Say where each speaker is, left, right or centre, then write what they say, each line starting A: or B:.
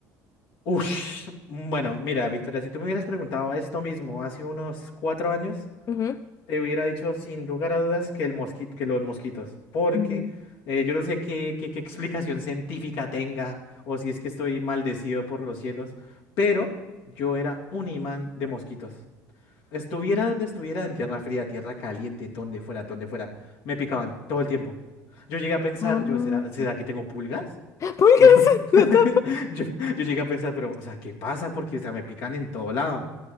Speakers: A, on the left; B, on the left.
A: Ush, bueno, mira, Victoria, si tú me hubieras preguntado esto mismo hace unos cuatro años,
B: Ujú.
A: Te hubiera dicho sin lugar a dudas que, el mosquito, que los mosquitos, porque
B: Mm.
A: eh, yo no sé qué, qué, qué explicación científica tenga o si es que estoy maldecido por los cielos, pero yo era un imán de mosquitos. Estuviera donde estuviera, en tierra fría, tierra caliente, donde fuera, donde fuera, me picaban todo el tiempo. Yo llegué a pensar,
B: Ah.
A: yo, ¿será, será que tengo pulgas?
B: ¿Por
A: Yo,
B: qué <laughs> se-
A: <laughs>
B: no te
A: yo, yo llegué a pensar, pero, o sea, ¿qué pasa? Porque, o sea, me pican en todo lado